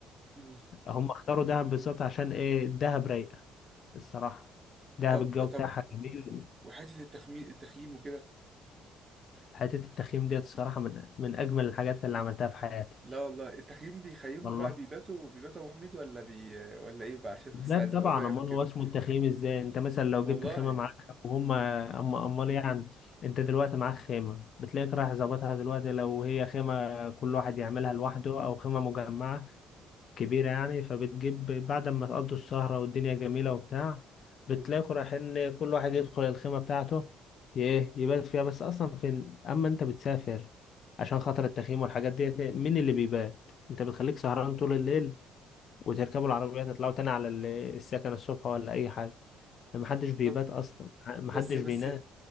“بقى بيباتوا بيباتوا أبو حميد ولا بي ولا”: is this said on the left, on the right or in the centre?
Right